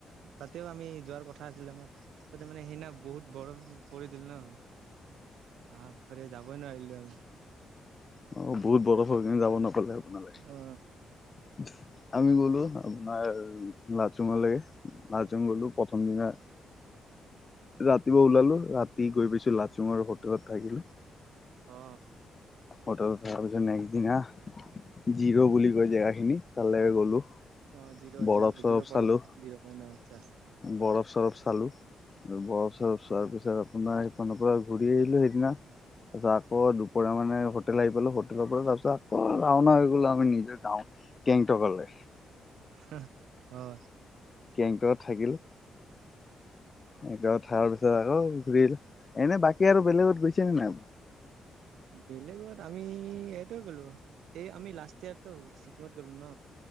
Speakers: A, on the right (about 80°); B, on the left (about 40°).
A: তাতেও আমি যোৱাৰ কথা আছিলো আমাৰ তাতে মানে সেইদিনা বহুত বৰফ পৰিল ন আ পৰে যাবই নোৱাৰিলো আমি
B: অ বহুত বৰফ হৈ কেনে যাব নোপোৱা কলে আপোনালৈ
A: অ
B: আমি গলো আপোনাৰ লাচুঙলৈকে লাচুং গলো প্ৰথম দিনা ৰাতিপুৱা ওলালো ৰাতি গৈ পাইছো লাচুঙৰ হোটেলত থাকিলো
A: অ
B: হোটেল তাৰ পিছত নেক্স দিনা জিৰ' বুলি কয় জেগা খিনি তালৈ গলো
A: অ জিৰ
B: বৰফ
A: জ
B: চৰফ
A: জিৰ পইট
B: চালো
A: জিৰ পইণ্ট আহ আছা
B: বৰফ চৰফ চালো বৰফ চৰফ চোৱাৰ পিছত আপোনাৰ সেইপিনৰ পৰা ঘূৰি আহিলো সেইদিনা তাৰ পিছত আকৌ দুপৰীয়া মানে হোটেল আহি পেলো হোটেলৰ পৰা তাৰ পিছত আকৌ ৰাওনা হৈ গলো আমি নিজৰ গাঁও গেংটকলৈ
A: সেহ, অহ
B: গেংটক থাকিল। গেংটক থকাৰ পিছত আকৌ ঘূৰিল এনে বাকী আৰু বেলেগত গৈছেনে নাই।
A: বেলেগত আমি এইটো গ'লো। এই আমি লাষ্ট ইয়াৰতো ছিকিম ত গলো ন।